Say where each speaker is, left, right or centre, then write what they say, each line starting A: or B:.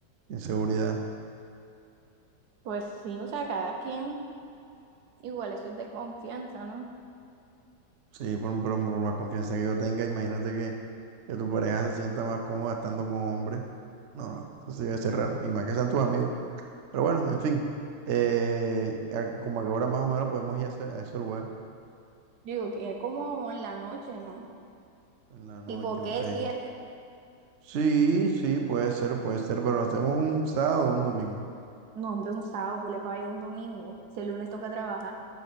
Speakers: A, on the right (about 85°); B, on the right (about 60°).
A: inseguridad.
B: Pues sí, o sea, cada quien, igual eso es de confianza, ¿no?
A: Sí, por, por, por más confianza que yo tenga, imagínate que, que tu pareja se sienta más cómoda estando con hombres. No, no, eso sí debe ser raro. Y más que sean tus amigos. Pero bueno, en fin. Eh, a- como a qué hora más o menos podemos ir a ese, a ese lugar.
B: Digo, que es como en la noche, ¿no?
A: En la noche,
B: Tipo,
A: ok.
B: ¿qué? ¿Siete?
A: Sí, sí, puede ser, puede ser, pero lo hacemos un sábado o un domingo.
B: No, hombre, un sábado, ¿qué le paga ir un domingo? Si el lunes toca trabajar.